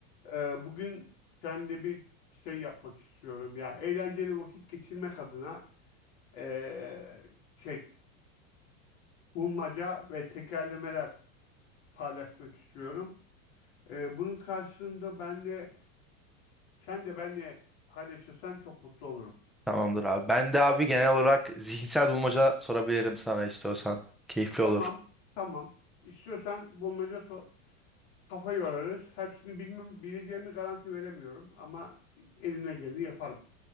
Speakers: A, on the left; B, in the centre.
A: Ee, bugün seninle bir şey yapmak istiyorum. Yani eğlenceli vakit geçirmek adına ee, şey bulmaca ve tekerlemeler paylaşmak istiyorum. Ee, bunun karşılığında ben de sen de benle paylaşırsan çok mutlu olurum.
B: Tamamdır abi. Ben de abi genel olarak zihinsel bulmaca sorabilirim sana istiyorsan. Keyifli
A: Tamam,
B: olur.
A: tamam. İstiyorsan bulmaca sor. Kafa yorarız. Hepsini bilmem, bileceğimi garanti veremiyorum ama elimle geleni yaparım.